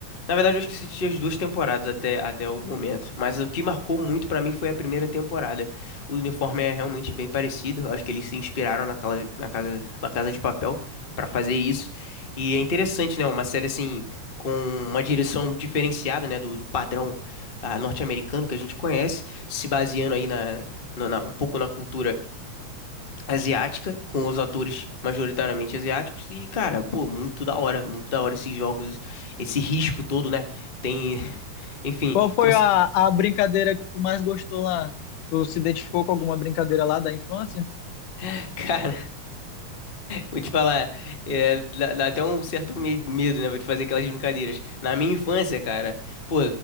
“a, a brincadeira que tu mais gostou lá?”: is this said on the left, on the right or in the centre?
Left